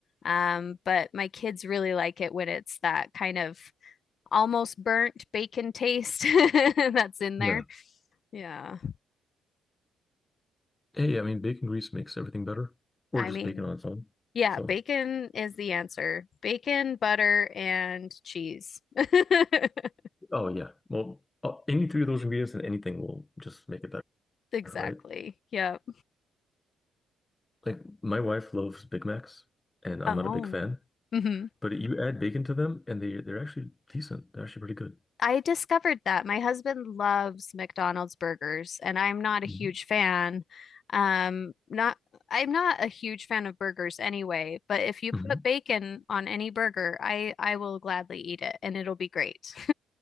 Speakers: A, on the left (about 55°); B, on the left (about 20°).
A: Um, but my kids really like it when it's that kind of almost burnt bacon taste <laughs> that's in
B: Yeah.
A: there. Yeah.
B: Hey, I mean, bacon grease makes everything better, or
A: I
B: just
A: mean,
B: bacon on its own.
A: yeah,
B: So,
A: bacon is the answer. Bacon, butter, and cheese. <laughs>
B: oh yeah, well, uh, any three of those ingredients and anything will just make it better,
A: Exactly.
B: right?
A: Yep.
B: Like my wife loves Big Macs, and I'm
A: Oh.
B: not a big fan,
A: hmm
B: but you add bacon to them, and they they're actually decent. They're actually pretty good.
A: I discovered that. My husband loves McDonald's burgers, and I'm not a
B: Mhm.
A: huge fan. Um, not I'm not a huge fan of burgers anyway, but if you
B: Mhm.
A: put bacon on any burger, I I will gladly eat it and it'll be great.